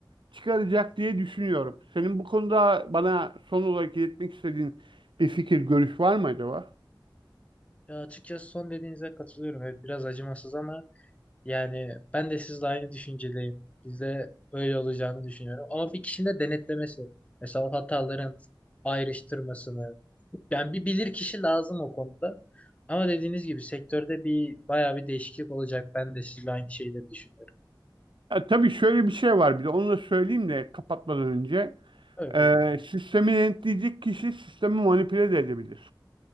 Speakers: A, on the right; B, on the left.
A: çıkaracak diye düşünüyorum. Senin bu konuda bana son olarak iletmek istediğin bir fikir, görüş var mı acaba?
B: Ya açıkçası son dediğinize katılıyorum. Evet biraz acımasız ama Yani ben de sizle aynı düşüncedeyim. Bizde öyle olacağını düşünüyorum. Ama bir kişinin de denetlemesi, mesela hataların ayrıştırmasını, yani bir bilir kişi lazım o konuda. Ama dediğiniz gibi sektörde bir bayağı bir değişiklik olacak. Ben de sizle aynı şeyleri düşünüyorum.
A: Ya, tabii şöyle bir şey var bir de onu da söyleyeyim de kapatmadan önce.
B: Evet,
A: Ee,
B: buyurun.
A: sistemi denetleyecek kişi sistemi manipüle de edebilir.